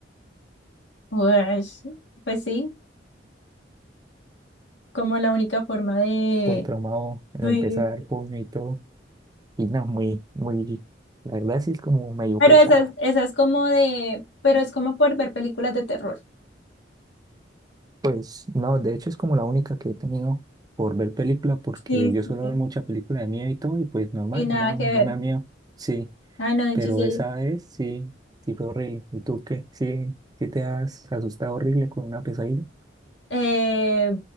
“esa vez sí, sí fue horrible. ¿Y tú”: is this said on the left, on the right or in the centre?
Right